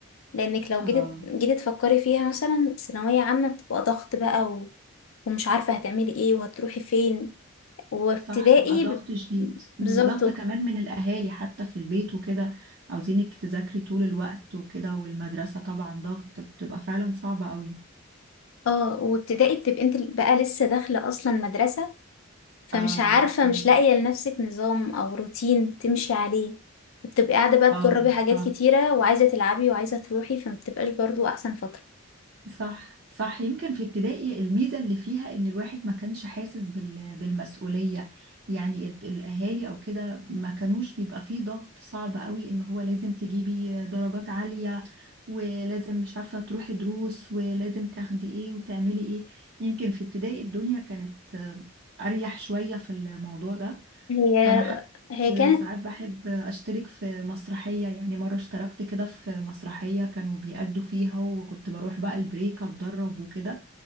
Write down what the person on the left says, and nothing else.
لانك لو
جيت جيت تفكري فيها مثلا ثانوية عامة بتبقى ضغط بقى و... ومش عارفة هتعملي ايه وهتروحي فين وابتدائي
ب...
بالظبط
اه وابتدائي بتبقي انت بقى لسه داخلة اصلا مدرسة فمش
عارفة
مش لاقية لنفسك نظام او روتين تمشي عليه بتبقي قاعدة بقى
تجربي حاجات
كتيرة وعايزة تلعبي وعايزة تروحي فمبتبقاش برضو احسن فترة
هي
هي كانت